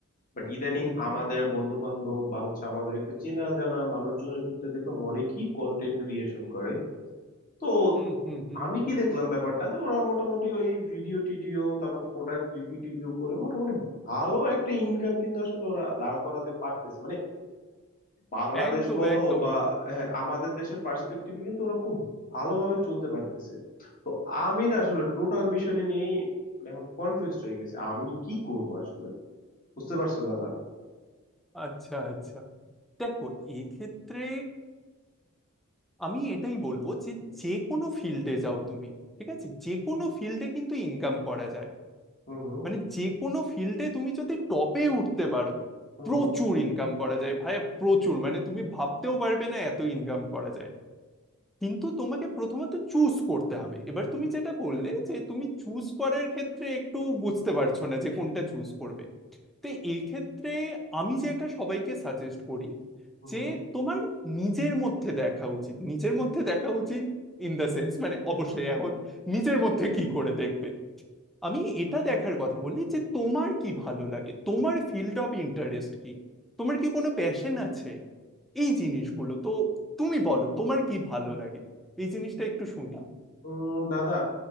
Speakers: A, on the left; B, in the centre.
A: বাট ইদানিং
B: হুম হুম
A: আমাদের বন্ধু বান্ধব বা হচ্ছে আমাদের একটু চেনা জানা মানুষজনের ভিতরে দেখলাম অনেকেই কন্টেন্ট ক্রিয়েশন করে তো
B: হুম হুম হুম
A: আমি কি দেখলাম ব্যাপারটা যে ওরা মোটামুটি ওই ভিডিও টিডিও তারপর প্রোডাক্ট রিভিউ টিভিউ করে মোটামুটি ভালো একটা ইনকাম কিন্তু আসলে ওরা দাঁড় করাতে পারতেছে মানে বাংলাদেশ
B: একদম
A: বলো
B: একদম
A: বা হ্যাঁ, আমাদের দেশের পার্সপেক্টিভে কিন্তু ওরা খুব ভালোভাবে চলতে পারতেছে তো আমি না আসলে টোটাল বিষয়টা নিয়েই এখন কনফিউজড হয়ে গেছে আমি কি করব আসলে বুঝতে পারছো দাদা
B: আচ্ছা আচ্ছা দেখো এক্ষেত্রে আমি এটাই বলবো যে যে কোনো ফিল্ডে যাও তুমি ঠিক আছে যে কোনো ফিল্ডে কিন্তু ইনকাম করা যায়
A: হুম হুম
B: মানে যে কোনো ফিল্ডে তুমি যদি টপে উঠতে পারো
A: হুম
B: প্রচুর
A: হুম
B: ইনকাম করা যায় ভাই প্রচুর মানে তুমি ভাবতেও পারবে না এত ইনকাম করা যায় কিন্তু তোমাকে প্রথমত চুজ করতে হবে এবার তুমি যেটা বললে যে তুমি চুজ করার ক্ষেত্রে একটু বুঝতে পারছো না যে কোনটা চুজ করবে তো এক্ষেত্রে আমি যেটা সবাইকে সাজেস্ট করি
A: হুম
B: যে
A: হুম।
B: তোমার নিজের মধ্যে দেখা উচিত নিজের মধ্যে দেখা উচিত ইন দ্য সেন্স মানে অবশ্যই এখন নিজের মধ্যে কি করে দেখবে আমি এটা দেখার কথা বলি যে তোমার কি ভালো লাগে তোমার ফিল্ড অফ ইন্টারেস্ট কি তোমার কি কোনো প্যাশন আছে এই জিনিসগুলো তো তুমি বলো তোমার কি ভালো লাগে এই জিনিসটা একটু শুনি
A: উম, দাদা